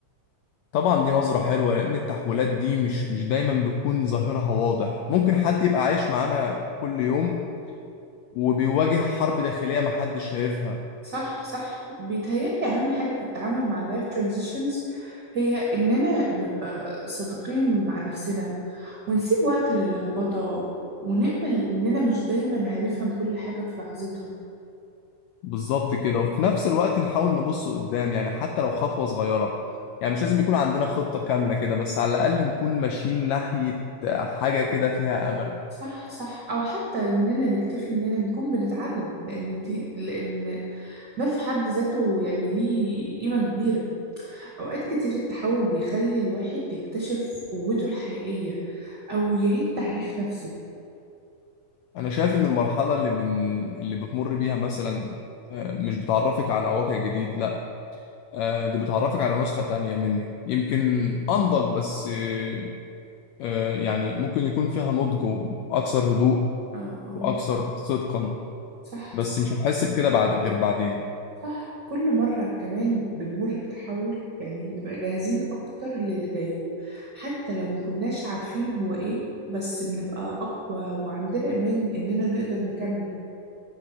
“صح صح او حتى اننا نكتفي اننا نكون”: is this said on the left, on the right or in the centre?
Right